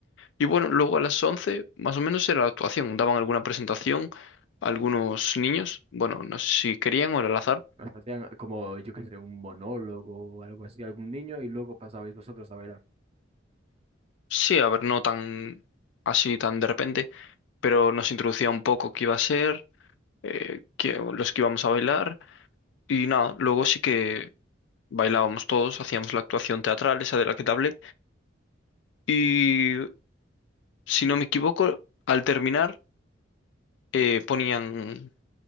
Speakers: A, on the left; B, on the right.
A: Y bueno, luego a las 11 más o menos era la actuación, daban alguna presentación a algunos niños, bueno, no sé si querían o era al azar.
B: O sea, hacían como, yo qué sé, un monólogo o algo así, algún niño, y luego pasabais vosotros a bailar.
A: Sí, a ver, no tan así, tan de repente, pero nos introducía un poco qué iba a ser, eh, qué- los que íbamos a bailar y nada, luego sí que... Bailábamos todos, hacíamos la actuación teatral, esa de la que te hablé, y si no me equivoco, al terminar eh, ponían